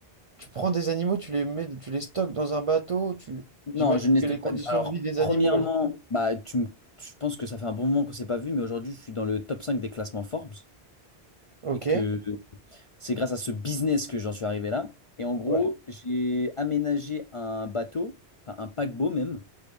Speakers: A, on the right; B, on the left.
A: Tu prends des animaux, tu les mets, tu les stockes dans un bateau, tu...
B: Non,
A: J'imagine
B: je ne les
A: que
B: stocke
A: les conditions
B: pas. Alors,
A: de vie des
B: premièrement,
A: animaux... elles-
B: bah, tu me- je pense que ça fait un bon moment qu'on s'est pas vu, mais aujourd'hui, je suis dans le top 5 des classements Forbes
A: Ok.
B: et que c'est grâce à ce business que j'en suis arrivé là. Et en gros,
A: Ouais.
B: j'ai aménagé un bateau, enfin un paquebot même,